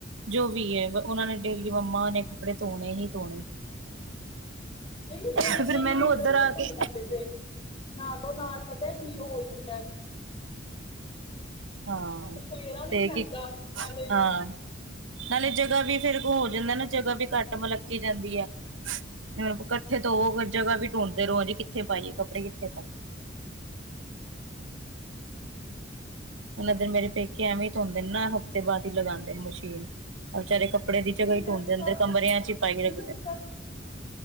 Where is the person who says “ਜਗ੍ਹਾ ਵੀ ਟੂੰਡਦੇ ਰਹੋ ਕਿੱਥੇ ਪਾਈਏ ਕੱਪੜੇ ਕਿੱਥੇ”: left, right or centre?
Right